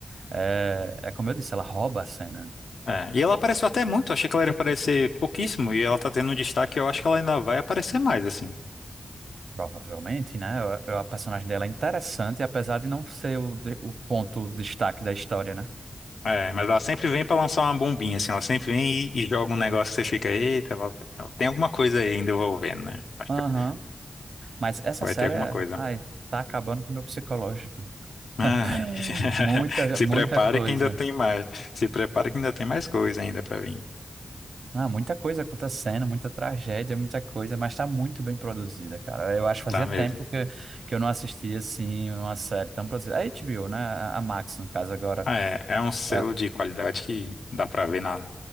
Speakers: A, on the right (about 75°); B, on the left (about 80°).
A: é, é como eu disse, ela rouba a cena.
B: É. E ela apareceu até muito, achei que ela ia aparecer pouquíssimo, e ela tá tendo um destaque, eu acho que ela ainda vai aparecer mais, assim.
A: Provavelmente, né? A, a personagem dela é interessante, apesar de não ser o, de- o ponto destaque da história, né?
B: É, mas ela sempre vem pra lançar uma bombinha, assim, ela sempre vem e, e joga um negócio que você fica, eita, ela, ela tem alguma coisa aí ainda envolvendo, né? Acho
A: Aham.
B: que ela
A: Mas essa
B: vai
A: série,
B: ter alguma
A: é-
B: coisa.
A: ai, tá acabando com o meu psicológico. <laughs>
B: Ah, <laughs>
A: Muita,
B: se
A: muita
B: prepare
A: coisa.
B: que ainda tem mais. Se prepare que ainda tem mais coisa ainda pra vir.
A: Ah, muita coisa acontecendo, muita tragédia, muita coisa, mas tá muito bem produzida, cara. Eu acho que fazia
B: Tá mesmo.
A: tempo que, que eu não assistia, assim, uma série tão produzida. A HBO, né? A a Max, no caso, agora.
B: Ah, É, é um selo
A: É,
B: de qualidade que dá pra ver na